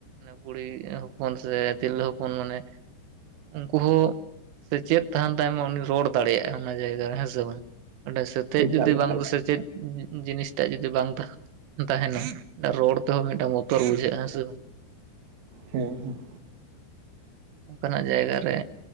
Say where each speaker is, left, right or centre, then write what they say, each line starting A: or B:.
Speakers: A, on the right (about 85°); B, on the right (about 55°).
A: ᱠᱩᱲᱤ ᱦᱚᱯᱚᱱ ᱥᱮ ᱛᱤᱨᱞᱟᱹ ᱦᱚᱯᱚᱱ ᱢᱟᱱᱮ ᱩᱱᱠᱩ ᱦᱚᱸ ᱥᱮᱪᱮᱫ ᱛᱟᱦᱮᱱ ᱛᱟᱭᱢᱟ ᱩᱱᱤ ᱨᱚᱲ ᱫᱟᱲᱮᱭᱟᱜᱼᱟ ᱾ ᱚᱱᱟ ᱡᱟᱭᱜᱟ ᱨᱮ ᱦᱮᱸ ᱥᱮ ᱵᱟᱝ? ᱚᱸᱰᱮ ᱪᱮᱫ
B: ᱮᱠᱟᱞ
A: ᱡᱩᱫᱤ
B: ᱮᱠᱟᱞ
A: ᱵᱟᱝ ᱠᱚ ᱥᱮ ᱪᱮᱫ ᱡᱤᱱᱤᱥᱴᱟᱜ ᱡᱩᱫᱤ ᱵᱟᱝ ᱛᱟᱦᱮᱱᱟ ᱨᱚᱲ ᱛᱮᱦᱚᱸ ᱢᱤᱫᱴᱟᱝ ᱵᱚᱛᱚᱨ ᱵᱩᱡᱷᱟᱹᱜᱼᱟ ᱦᱮᱸ ᱥᱮ ᱵᱟᱝ?
B: ᱦᱮᱸ ᱦᱮᱸ
A: ᱚᱱᱠᱟᱱᱟᱜ ᱡᱟᱭᱜᱟ ᱨᱮ,